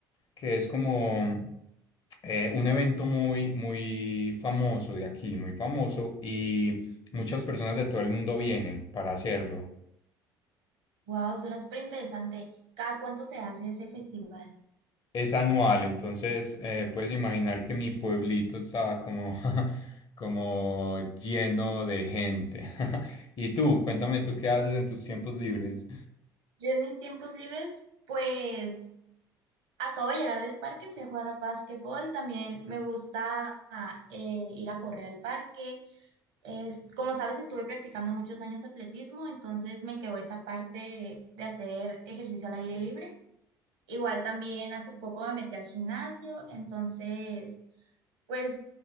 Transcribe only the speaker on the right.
Wow, suena súper interesante. ¿Cada cuánto se hace ese festival?
Yo en mis tiempos libres, pues Acabo de llegar del parque, fui a jugar a básquetbol. También me gusta ah, eh, ir a correr al parque. Es- como sabes, estuve practicando muchos años atletismo, entonces me quedó esa parte de hacer ejercicio al aire libre. Igual también hace poco me metí al gimnasio, entonces pues